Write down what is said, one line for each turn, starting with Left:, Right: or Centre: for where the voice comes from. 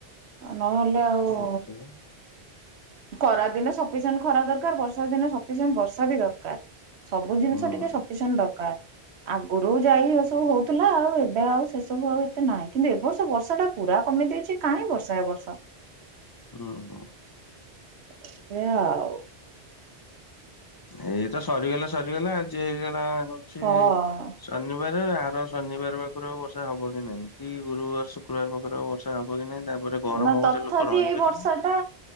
Right: ନହେଲେ ଆଉ
Left: ହଁ, ହଁ,
Right: ଖରା ଦିନେ ସଫିସିଏଣ୍ଟ ଖରା ଦରକାର୍ ବର୍ଷା ଦିନେ ସଫିସିଏଣ୍ଟ ବର୍ଷାବି ଦରକାର୍। ସବୁ ଜିନିଷ
Left: ହୁଁ
Right: ଟିକେ ସଫିସିଏଣ୍ଟ ଦରକାର୍ ଆଗରୁ ଯାଇ ଏସବୁ ହଉ ଥିଲା ଆଉ ଏବେ ଆଉ ସେସବୁ ଆଉ ଏତେ ନାହିଁ କିନ୍ତୁ ଏବର୍ଷ ବର୍ଷାଟା ପୁରା କମି ଦେଇଚି କାଇଁ ବର୍ଷା ଏବ ବର୍ଷ?
Left: ହୁଁ, ହୁଁ।
Right: ସେଇଆ ଆଉ।
Left: ଏଇତ ସରିଗଲା, ସରିଗଲା ଆଜି ହେଇଗଲା ହୋଉଚି
Right: ହଁ।
Left: ଶନିବାରେ ଆର ଶନିବାର ପାଖରୁ ଆଉ ବର୍ଷା ହବକି ନାଇଁ କି ଗୁରୁବାର, ଶୁକ୍ରବାର ପାଖରୁ ଆଉ ବର୍ଷା ହବକି ନାଇଁ ତା ପରେ ଗରମ
Right: ନା ତଥାପି
Left: ହଉଚି ଲୋକ ରହିପାରିବେନି।
Right: ଏଇ ବର୍ଷା ଟା